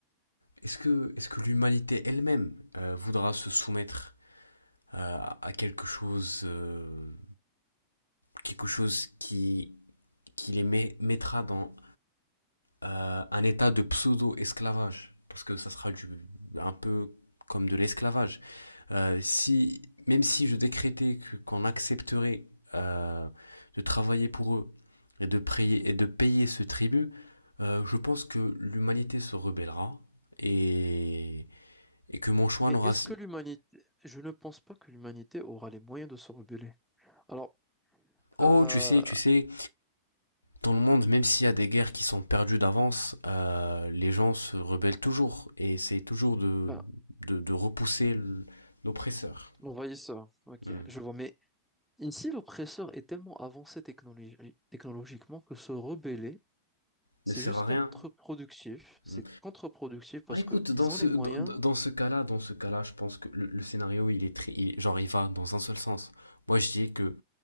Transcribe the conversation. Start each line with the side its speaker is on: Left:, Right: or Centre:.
Left: Est-ce que, est-ce que l'humanité elle-même euh, voudra se soumettre euh, à quelque chose, euh, quelque chose qui, qui les met- mettra dans euh, un état de pseudo-esclavage? Parce que ça sera du, un peu comme de l'esclavage. Euh, si, même si je décrétais que, qu'on accepterait euh, de travailler pour eux et de, prier, et de payer ce tribut, euh, je pense que l'humanité se rebellera et, et que mon choix
Centre: Mais
Left: n'aura,
Centre: est-ce que l'humanité, je ne pense pas que l'humanité aura les moyens de se rebeller. Alors,
Left: Oh,
Centre: euh,
Left: tu sais, tu sais, dans le monde, même s'il y a des guerres qui sont perdues d'avance, euh, les gens se rebellent toujours et c'est toujours de,
Centre: ben,
Left: de, de repousser l- l'oppresseur.
Centre: l'envahisseur, ok,
Left: Hmm.
Centre: je vois, mais ici l'oppresseur est tellement avancé technologi- technologiquement que se rebeller,
Left: Ne
Centre: c'est
Left: sert
Centre: juste
Left: à
Centre: contre-productif,
Left: rien.
Centre: c'est
Left: Hmm.
Centre: contre-productif parce
Left: Ah, écoute,
Centre: que ils
Left: dans ce,
Centre: ont les
Left: dans,
Centre: moyens,
Left: dans- ce cas-là, dans ce cas-là, je pense que le, le scénario, il est très, il- genre, il va dans un seul sens. Moi, je dis que